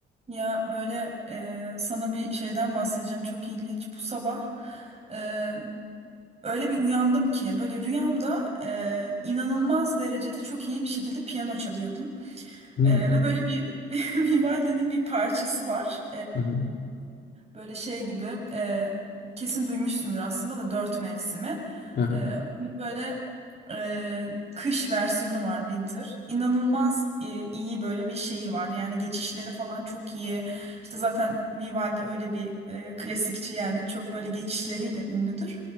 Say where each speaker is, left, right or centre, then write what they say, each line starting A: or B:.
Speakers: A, on the right (about 30°); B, on the left (about 60°).
A: Ya böyle e, sana bir şeyden bahsedeceğim çok ilginç. Bu sabah e, öyle bir uyandım ki böyle rüyamda e, inanılmaz derecede çok iyi bir şekilde piyano çalıyordum.
B: Hı hı.
A: E, ve böyle bir <laughs> Vivaldi'nin bir parçası var.
B: Hı hı.
A: Böyle şey gibi e, kesin duymuşsundur aslında da dört mevsimi.
B: Aha.
A: E, bunun böyle e, kış versiyonu var Winter. İnanılmaz e, iyi böyle bir şeyi var. Yani geçişleri falan çok iyi. İşte zaten Vivaldi öyle bir e, klasikçi yani çok böyle geçişleriyle ünlüdür.